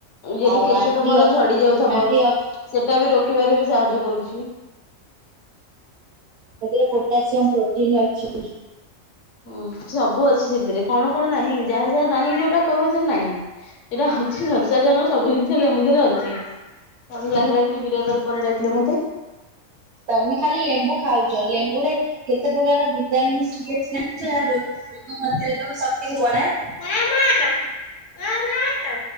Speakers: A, on the left (about 70°); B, on the right (about 65°).
A: ଯଦି
B: ଆଉ
A: କେଶ
B: ଆଣ୍ଟି
A: ତମର
B: ଅ ଆଣ୍ଟି
A: ଝଡି ଯାଉଥବ
B: କ୍ସସି
A: ସେଟା ବି ରୋକିବାରେ ବି ସାହାଯ୍ୟ କରୁଛି।
B: ସେଥିରେ ପୋଟାସିୟମ ପ୍ରୋଟିନ ଅଛି।
A: ହଁ ସବୁ ଅଛି ସେଥିରେ କଣ କଣ ନାହିଁ ଯାହା ଯାହା ନାହିଁ ଯୋଉଟା କହିବ ତରେ ନାହିଁ। ସେଟା ସଂସାର ଯାଙ୍କ ସବୁ ଜିନିଷ ଲେମ୍ବୁ ଦିହରେ ଅଛି। <unintelligible> ବିରାଧର ପରେ ଡାକିଲ ମତେ।
B: ତମେ ଖାଲି ଲେମ୍ବୁ ଖାଉଛ ଲେମ୍ବୁରେ କେତେ ପ୍ରକାର ଭିଟାମିନ୍ ସି ଅଛି ଜାଣି ଛ ଏହା ରୋଗ ପ୍ରତିରୋଧକ ଶକ୍ତିକୁ ବଢାଏ।
A: ମାଆମା ମାମାଆ